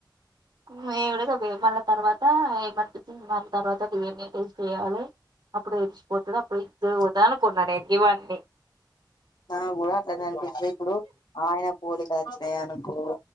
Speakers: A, on the right (about 70°); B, on the left (about 65°).
A: విడిగా మళ్ళ తర్వాత ఏమనిపించి మళ తర్వాత డీ ఎన్ ఏ టేస్ట్ చేయాలే అప్పుడు విలిచిపోతది అప్పుడు ఇదు పోదా అనుకున్నా ఇవన్ని
B: నా కూడా అట్లానే అనిపిస్తుంది ఇప్పుడు ఆయన పోలికలు వచ్చినాయి అనుకో